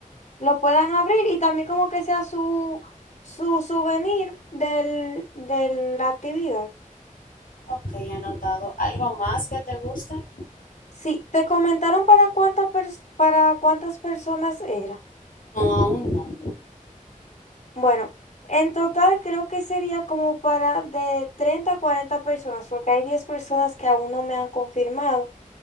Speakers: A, on the left (about 60°); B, on the left (about 75°).
A: Lo puedan abrir y también como que sea su, su souvenir del, de la actividad.
B: Ok, anotado. ¿Algo más que te guste?
A: Sí, te comentaron para cuánta pers- para cuántas personas era.
B: No, aún no.
A: Bueno, en total creo que sería como para de 30 a 40 personas, porque hay 10 personas que aún no me han confirmado,